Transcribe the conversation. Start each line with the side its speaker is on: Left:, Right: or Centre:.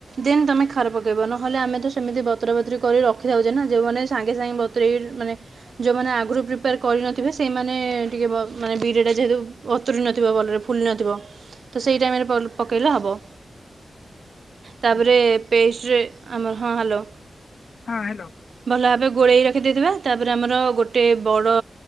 Right: ଦେନ୍ ତମେ ଖାର ପକେଇବ ନହେଲେ ଆମେ ତ ସେମିତି ବତରା ବତରି କରି ରଖିଥାଛେନା ଯୋଉମାନେ ସାଙ୍ଗେ ସାଙ୍ଗେ ବତୁରେଇ ମାନେ ଯେଉଁମାନେ ଆଗରୁ ପ୍ରିପେୟାର କରିନଥିବେ ସେଇମାନେ ଟିକେ ମାନେ ବିଡ଼ିଟା ଯେହେତୁ ବତୁରି ନଥିବ ଭଲରେ ଫୁଲି ନଥିବ ତ ସେଇ ଟାଇମରେ ପକେଇଲେ ହେବ। ତାପରେ
Left: ହ୍ୟାଲୋ
Right: ପେଷ୍ଟରେ ଆମର ହଁ ହାଲୋ।
Left: ହଁ ହାଲୋ।
Right: ଭଲ ଭାବେ ଗୋଳେଇ ରଖିଦେଇଥିବା ତାପରେ ଆମର ଗୋଟେ ବଡ଼